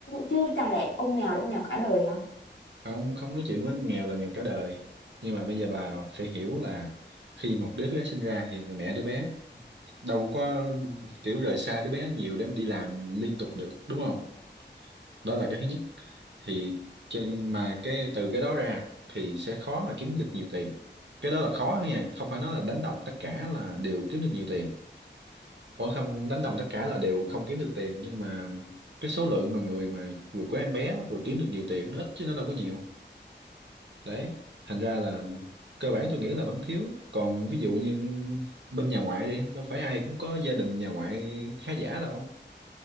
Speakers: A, on the left; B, on the right.
A: chứ chẳng lẽ ông nghèo là ông nghèo cả đời hả
B: không không nói chuyện với nghèo là nghèo cả đời nhưng mà bây giờ bà phải hiểu là khi một đứa bé sinh ra thì người mẹ đứa bé đâu có kiểu rời xa đứa bé nhiều để mà đi làm liên tục được đúng không đó là cái thứ nhất thì trên- mà cái từ cái đó ra thì sẽ khó mà kiếm được nhiều tiền cái đó là khó thôi nha không phải nói là đánh đồng tất cả là đều kiếm được nhiều tiền Ủa không đánh đồng tất cả là đều không kiếm được tiền nhưng mà cái số lượng mà người mà vừa có em bé vừa kiếm được nhiều tiền nó ít chứ nó đâu có nhiều đấy thành ra là cơ bản tôi nghĩ là vẫn thiếu còn ví dụ như bên nhà ngoại đi đâu phải ai cũng có gia đình nhà ngoại khá giả đâu